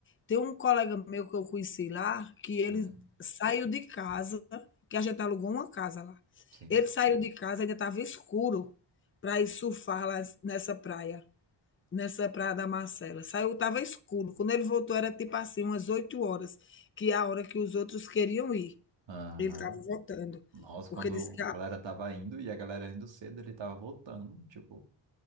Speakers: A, on the left; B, on the right.
A: Tem um colega meu que eu conheci lá, que ele
B: hum,
A: saiu de casa, que a gente alugou uma casa lá.
B: sim.
A: Ele saiu de casa, ainda estava escuro, para ir surfar lá nessa praia. nessa Praia da Marcela. Saiu, estava escuro. Quando ele voltou, era tipo assim, umas 8 horas, que é a hora que os outros queriam ir.
B: Aham.
A: Ele estava voltando,
B: Nossa,
A: porque
B: quando
A: disse que
B: a
A: a
B: galera tava indo e a galera indo cedo, ele tava voltando. Tipo,